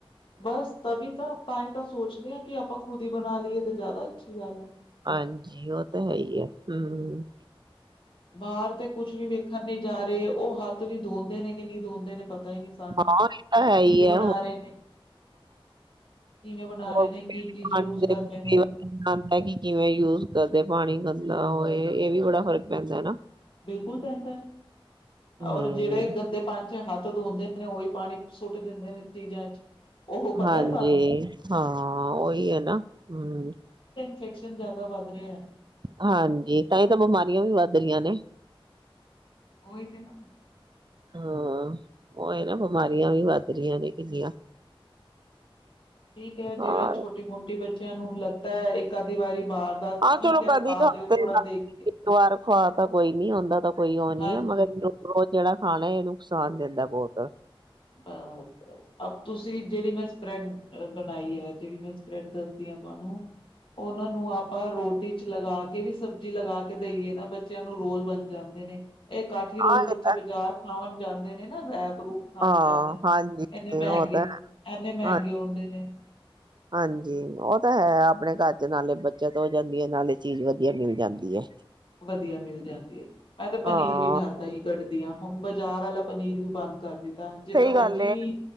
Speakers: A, on the left; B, on the right.
A: ਬਸ ਤਭੀ ਤਾਂ ਤਾਂ ਹੀ। ਤਾਂ ਸੋਚਦੇ ਹਾਂ ਕਿ ਆਪਾਂ ਖੁਦ ਹੀ ਬਣਾ ਲਈਏ ਤੇ ਜਿਆਦਾ ਅੱਛੀ ਗੱਲ ਐ।
B: ਹਾਂਜੀ, ਉਹ ਤਾਂ ਹੈ ਹੀ ਆ ਹੂੰ।
A: ਬਾਹਰ ਤੇ ਕੁਛ ਵੀ ਵੇਖਣ ਨੀ ਜਾ ਰਹੇ ਉਹ ਹੱਥ ਵੀ। ਧੋਂਦੇ ਨੇ ਕਿ ਨਹੀਂ ਧੋਂਦੇ ਨੇ। ਪਤਾ ਹੀ ਨਹੀਂ ਸਾਨੂੰ।
B: ਹਾਂ ਇਹ ਤਾਂ ਹੈ ਹੀ
A: ਕਿਵੇਂ
B: ਹੈ
A: ਬਣਾ
B: ਹੁਣ
A: ਰਹੇ ਨੇ ਕਿਵੇਂ ਬਣਾ ਰਹੇ
B: ਹਾਂ ਪਾਣੀ
A: ਨੇ ਕੀ ਚੀਜ਼ ਯੂਜ
B: ਦੇਂਦਾ
A: ਕਰ ਰਹੇ ਨੇ
B: ਕਿ ਕਿਵੇਂ ਯੂਜ ਕਰਦੇ ਪਾਣੀ ਦਾ। ਲ ਇਹ ਇਹ ਵੀ ਬੜਾ ਫ਼ਰਕ ਪੈਂਦਾ ਐ ਨਾ।
A: ਬਿਲਕੁਲ ਪੈਂਦਾ
B: ਹਮ
A: ਔਰ ਜਿਹੜੇ ਗੰਦੇ ਪਾਣੀ ਚ। ਹੱਥ ਧੋਦੇ ਨੇ ਉਹੀ ਪਾਣੀ ਸੁੱਟ ਦਿੰਦੇ ਨੇ ਚੀਜ਼ਾਂ ਚ ਉਹ ਪਤਾ
B: ਹਾਂਜੀ
A: ਸਾਨੂੰ
B: ਹਾਂ ਉਹੀ ਹੈ ਨਾ ਹੂੰ।
A: <unintelligible> ਜਿਆਦਾ ਵੱਧ ਰਿਹਾ।
B: ਹਾਂਜੀ ਤਾਂ ਹੀ ਤਾਂ ਬਿਮਾਰੀਆਂ ਵੀ ਵੱਧ ਰੀਆ ਨੇ।
A: ਉਹੀ ਤੇ ਨਾ।
B: ਹਾਂ, ਓਹੀ ਨਾ ਬਿਮਾਰੀਆਂ ਵੀ ਵੱਧ ਰਹੀਆਂ ਨੇ ਕਿੰਨੀਆਂ।
A: ਠੀਕ ਐ
B: ਹਾਂ
A: ਜਿਹੜੇ ਛੋਟੀ ਮੋਟੇ ਬੱਚੇ। ਬੱਚਿਆਂ ਨੂੰ ਲੱਗਦਾ ਇੱਕ ਅੱਧੀ ਵਾਰੀ। ਬਾਹਰ ਦਾ ਠੀਕ
B: ਹਾਂ, ਚਲੋ
A: ਹੈ
B: ਕਦੇ
A: ਖਾ
B: <unintelligible>
A: ਲਿਓ ਥੋੜਾ ਦੇਖ ਕੇ
B: ਵਾਰ ਖਵਾ ਤਾਂ ਕੋਈ ਨੀ ਓਦਾ ਤਾਂ ਕੋਈ ਉਹ
A: ਹਾਂਜੀ
B: ਨੀ ਹੈ ਮਗਰ ਰੋਜ਼ ਜਿਹੜਾ ਖਾਣਾ ਇਹ ਨੁਕਸਾਨ ਦਿੰਦਾ ਬਹੁਤ
A: ਬਸ-ਬਸ ਅ ਤੁਸੀਂ ਜਿਹੜੀ ਮੈਂ ਸਪ੍ਰੈਡ ਬਣਾਈ ਹੈ, ਜਿਹੜੀ ਮੈਂ ਸਪ੍ਰੈਡ ਦੱਸਦੀ ਹਾਂ ਤੁਹਾਨੂੰ, ਉਹਨਾਂ ਨੂੰ ਆਪਾਂ ਰੋਟੀ ਚ ਲਗਾ ਕੇ ਵੀ ਸਬਜ਼ੀ ਲਗਾ ਕੇ ਦੇਈਏ ਨਾ ਬੱਚਿਆਂ ਨੂੰ ਨੂੰ ਰੋਲ ਬਣ ਜਾਂਦੇ ਨੇ, ਇਹ ਕਾਠੀ
B: ਹਾਂ
A: ਰੋਲ ਬੱਚੇ
B: ਇਹ
A: ਬਾਜ਼ਾਰ ਖਾਵਣ ਜਾਂਦੇ ਨੇ ਨੇ ਨਾ ਰੈਪ-ਰੂਪ ਖਾਵਣ
B: ਹਾਂ,
A: ਜਾਂਦੇ ਨੇ
B: ਹਾਂਜੀ
A: ਇੰਨੇ ਮਹਿੰਗੇ
B: ਉਹ ਤਾਂ ਹੈ।
A: ਐੰਨੇ ਮਹਿੰਗੇ
B: ਹਾਂ
A: ਹੁੰਦੇ ਨੇ
B: ਹਾਂਜੀ ਉਹ ਤਾਂ ਹੈ, ਆਪਣੇ ਘਰ ਚ ਨਾਲੇ ਬੱਚਤ ਹੋ ਜਾਂਦੀ ਹੈ, ਨਾਲੇ ਚੀਜ਼ ਵਧੀਆ ਮਿਲ ਜਾਂਦੀ ਹੈ।
A: ਵਧੀਆ ਮਿਲ ਜਾਂਦੀ ਹੈ, ਮੈਂ ਤਾਂ ਪਨੀਰ
B: ਹਾਂ,
A: ਵੀ ਘਰ ਦਾ ਕੱਢਦੀ ਹਾਂ। ਹੁਣ ਬਾਜ਼ਾਰ ਵਾਲਾ ਪਨੀਰ ਵੀ ਬੰਦ ਕਰ ਤਾਂ ਜਿੰਨਾ
B: ਸਹੀ
A: ਮਰਜ਼ੀ
B: ਗੱਲ ਏ